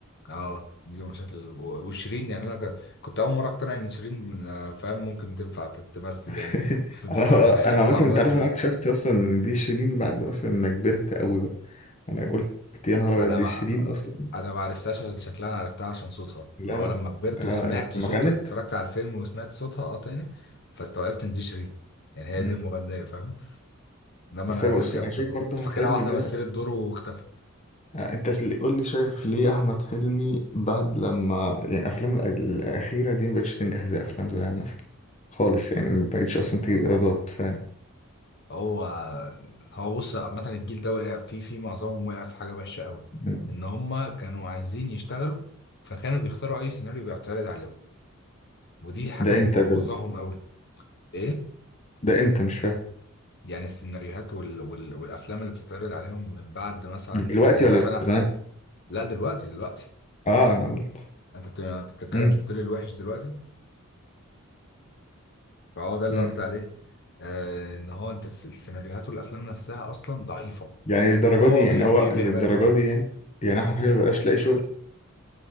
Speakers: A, on the left (about 55°); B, on the left (about 30°).
A: اه ميدو مشاكل و- وشيرين يعني انا ك- كنت اول مره اقتنع ان شيرين آه، فاهم ممكن تنفع تمثل
B: <laughs>
A: يعني في ال- <laughs> في البتاع
B: انا انا مثلا
A: عامه
B: انت عارف انا اكتشفت اصلا ان دي شيرين بعد مثلا ما كبرت قوي بقى انا قلت يا نهار ابيض
A: انا
B: دي
A: ما
B: شيرين اصلا
A: انا ما عرفتهاش عشان شكلها انا عرفتها عشان صوتها
B: لا
A: اللي هو لما كبرت
B: انا
A: وسمعت
B: لما
A: صوت
B: غنت
A: اتفرجت على الفيلم وسمعت صوتها اه تاني فاستوعبت ان دي شيرين يعني هي
B: مم.
A: دي المغنيه فاهم انما
B: بس
A: انا
B: أنا
A: غير
B: بص
A: كده
B: انا
A: كنت
B: شايف
A: كنت
B: برضه احمد
A: فاكرها
B: حلمي
A: واحده
B: بدأ
A: مثلت دور واختفت
B: آه، انت اللي قول لي شايف ليه احمد حلمي بعد لما يعني افلامه الأ- الاخيره دي ما بقتش تنجح زي افلام زمان مثلا خالص يعني ما بقتش اصلا تجيب ايرادات فاهم
A: هو هو بص عامه الجيل ده وقع في في معظمهم وقع في حاجه وحشه قوي
B: مم.
A: ان هم كانوا عايزين يشتغلوا فكانوا بيختاروا اي سيناريو بيعترض عليهم ودي حاجه
B: ده
A: مبوظاهم
B: امتى ده,
A: قوي ايه
B: ده امتى مش فاهم
A: يعني السيناريوهات وال... وال... والافلام اللي بتتعرض عليهم من بعد مثلا
B: دلوقتي
A: يعني
B: ولا
A: مثلا
B: زمان
A: لا دلوقتي دلوقتي
B: اه انا قلت
A: انت بت... انت بتتكلم
B: مم.
A: مش بتقول لي الوحش دلوقتي فهو ده اللي
B: مم.
A: قصدي عليه آه ان هو انت الس- السيناريوهات والافلام نفسها اصلا ضعيفه
B: يعني للدرجة
A: فهو
B: دي يعني
A: بي...
B: هو
A: بي... بيقبلوها
B: للدرجة دي يعني يعني احمد حبيبي مبقاش لاقي شغل